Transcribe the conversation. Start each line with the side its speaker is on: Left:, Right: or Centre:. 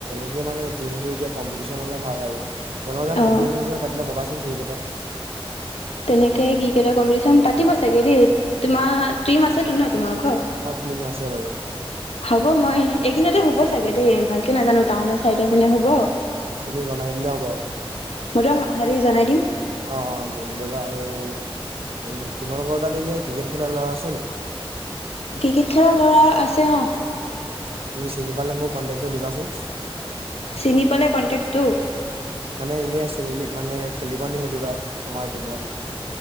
Right: এতিয়া মানে টিমটো এতিয়া কম্পিটি্যন হ'লে ভাল আৰু। তোমালোকৰ কম্পিটিশ্যন
Left: অ
Right: পাতিলে ক বা চোন। ক্ৰিকেটৰ।
Left: তেনেকে ক্ৰিকেটৰ কম্পিটিশ্যন পাতিব চাগে দেই তোমাৰ টিম আছে টো ন তোমাৰ।
Right: অ টিম আছে বাৰু।
Left: হ'ব মই এইদিনতে হব। চাগ দেই ভালকে নাজানো টাউনৰ চাইডে। মানে হ'ব।
Right: তুমি জনাই দিলে হ'ব।
Left: সদং হাৰি জনাই দিম।
Right: অ অ জনাই দেৱা আৰু উ তোমালোকৰ তাত এনে ক্ৰিকেট খেলাৰ ল'ৰা আছে নেকি।
Left: ক্ৰিকেট খেলা ল'ৰা আছে অহ।
Right: তুমি চিনি পালে মোক কন্টেক। টো দিবাচোন।
Left: চিনি পালে কণ্টেক্টো।
Right: মানে এনেই আছে নেকি মানে খেলিবা নি সুধিবা আমাৰ টিমত।